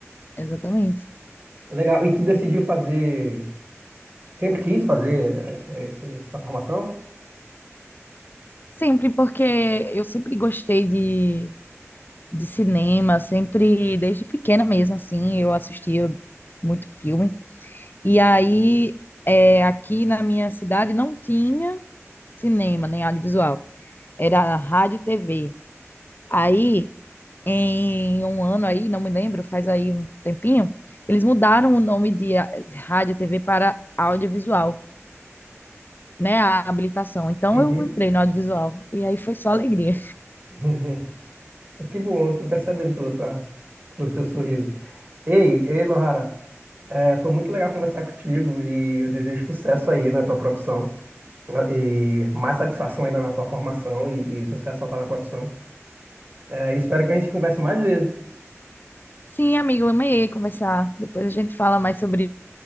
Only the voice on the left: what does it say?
Exatamente.
Sempre, porque eu sempre gostei de, de cinema, sempre, desde pequena mesmo, assim, eu assistia muito filme. E aí, é, aqui na minha cidade não tinha cinema, nem audiovisual. Era rádio e TV. Aí, em um ano aí, não me lembro, faz aí um tempinho, eles mudaram o nome de a- rádio e TV para audiovisual, né? A habilitação. Então
eu entrei no audiovisual e aí foi só alegria.
Sim, amigo, eu amei conversar. Depois a gente fala mais sobre